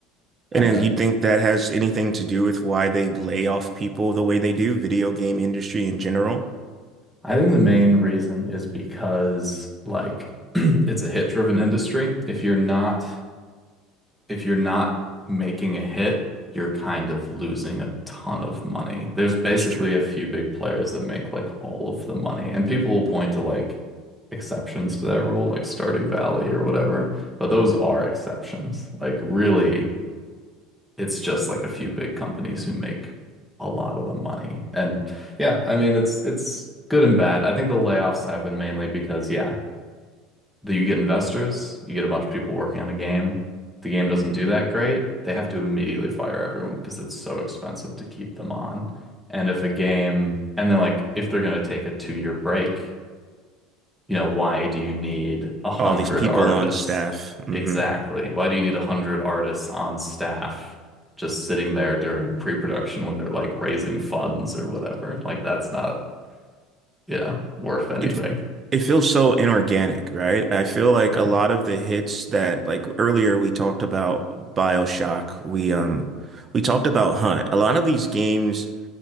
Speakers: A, on the right; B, in the centre.
A: And
B: Uh,
A: then you think that has anything to do with why they lay off people the way they do, video game industry in general?
B: I think the main reason is because like <clears throat> it's a hit-driven industry. If you're not if you're not making a hit, you're kind of losing a ton of money. There's basically
A: That's true.
B: a few big players that make like all of the money, and people will point to like exceptions to that rule, like Stardew Valley or whatever, but those are exceptions. Like really it's just like a few big companies who make a lot of the money. And yeah, I mean it's it's good and bad. I think the layoffs happen mainly because yeah, that you get investors, you get a bunch of people working on a game. The game doesn't do that great. They have to immediately fire everyone because it's so expensive to keep them on. And if a game, and then like if they're going to take a two-year break you know, why do you need a hundred
A: all these people
B: artists?
A: on staff. hmm
B: Exactly. Why do you need a hundred artists on staff just sitting there during pre-production when they're like raising funds or whatever? Like that's not, you know, worth anything.
A: It it feels so inorganic, right? I feel like
B: Yeah.
A: a lot of the hits that like earlier we talked about BioShock, we um we talked about Hunt. A lot of these games,